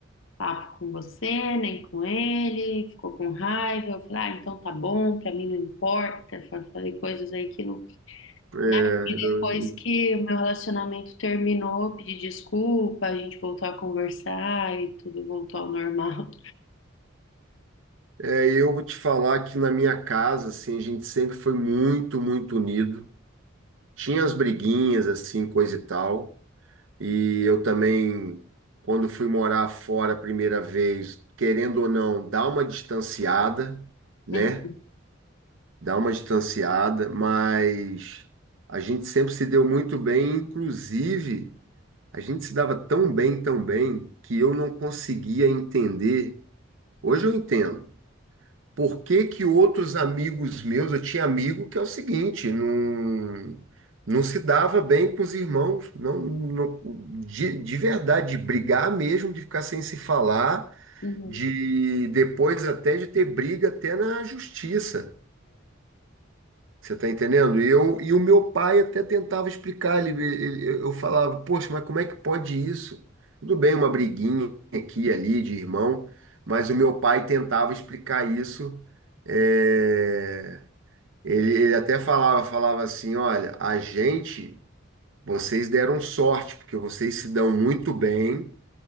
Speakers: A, on the left; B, on the right.
A: papo com você, nem com ele, ficou com raiva. Eu falei, ah, então tá bom, pra mim não importa. Fa- Falei coisas aí que não,
B: é,
A: né? E depois
B: eu-
A: que o meu relacionamento terminou, eu pedi desculpa, a gente voltou a conversar e tudo voltou ao normal.
B: É, eu vou te falar que na minha casa, assim, a gente sempre foi muito, muito unido. Tinha as briguinhas, assim, coisa e tal. E eu também, quando fui morar fora a primeira vez, querendo ou não, dá uma distanciada, né?
A: <laughs>
B: dá uma distanciada, mas a gente sempre se deu muito bem, inclusive a gente se dava tão bem, tão bem, que eu não conseguia entender. Hoje eu entendo. Por que que outros amigos meus, eu tinha amigo que é o seguinte, não, não se dava bem com os irmãos, não, não- de, de verdade, de brigar mesmo, de ficar sem se falar,
A: Uhum, uhum.
B: de depois até de ter briga até na justiça. Você está entendendo? E, eu, e o meu pai até tentava explicar, ele, ele- eu falava, poxa, mas como é que pode isso? Tudo bem, uma briguinha aqui e ali de irmão, mas o meu pai tentava explicar isso. é, ele, ele até falava, falava assim, olha, a gente, vocês deram sorte, porque vocês se dão muito bem,